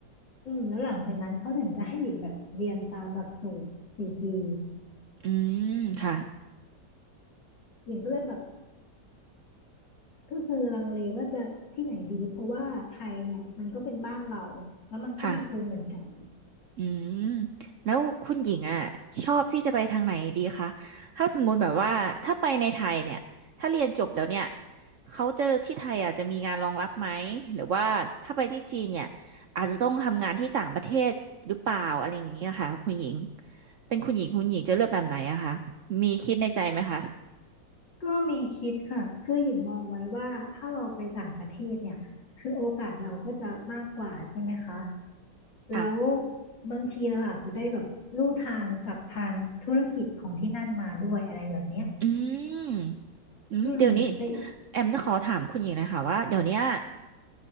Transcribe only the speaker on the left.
อืมแล้วหลังจากนั้นเขาถึงจะให้หญิงแบบเรียนตามหลักสูตรสี่ปี
หญิงก็เลยแบบก็คือลังเลว่าจะที่ไหนดีเพราะว่าไทยเนี่ยมันก็เป็นบ้านเราแล้วมันก็มีทุนเหมือนกัน
ก็มีคิดค่ะ คือหญิงมองไว้ว่าถ้าเราไปต่างประเทศเนี่ย คือโอกาสเราก็จะมากกว่าใช่ไหมคะ
แล้วบางทีเราอาจจะได้แบบลู่ทางจับทางธุรกิจของที่นั่นมาด้วยอะไรแบบเนี้ย
อืมไป